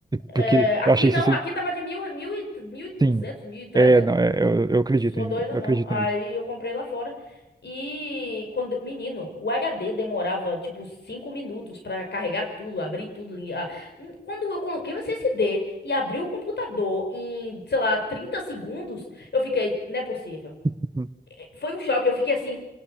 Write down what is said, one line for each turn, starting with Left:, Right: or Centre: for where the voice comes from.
Left: É,
Right: Porque
Left: aqui
Right: eu achei
Left: não,
Right: esse,
Left: aqui tava de mil, mil e, mil e duzentos,
Right: sim.
Left: mil e trezentos.
Right: É, não, é, eu, eu acredito,
Left: Sou
Right: em-
Left: doida,
Right: eu
Left: não.
Right: acredito
Left: Aí
Right: nisso.
Left: eu comprei lá fora. E quando, menino, o HD demorava tipo cinco minutos pra carregar tudo, abrir tudo. li- ah, n- Quando eu coloquei o SSD e abri o computador em, sei lá, 30 segundos, eu fiquei, não é possível.
Right: <laughs>
Left: É, Foi um choque, eu fiquei assim, o